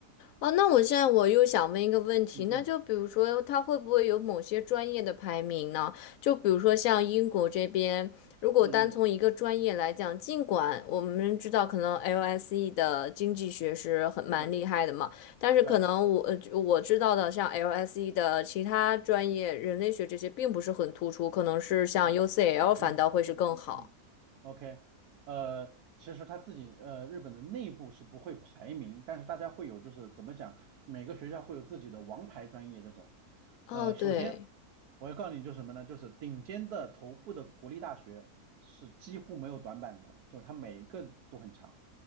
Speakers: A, on the left; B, on the right.
A: 哦，那我现在我又想问一个问题，
B: 嗯嗯
A: 那就比如说，它会不会有某些专业的排名呢？就比如说像英国这边，如果单从一个专业来讲，
B: 嗯嗯，
A: 尽管我们知道可能 LSE 的经济学是很蛮厉害的嘛，
B: 是，
A: 但是可能我呃我知道的像
B: 对，
A: LSE 的其他专业，人类学这些并不是很突出，可能是像
B: 是，
A: UCL
B: 嗯嗯嗯嗯。
A: 反倒会是更好。
B: OK，呃，其实他自己呃，日本的内部是不会排名，但是大家会有就是怎么讲，每个学校会有自己的王牌专业这种。
A: 哦，
B: 呃，
A: 对，
B: 首先我要告诉你就是什么呢？就是顶尖的头部的国立大学是几乎没有短板的，就是它每一个都很强。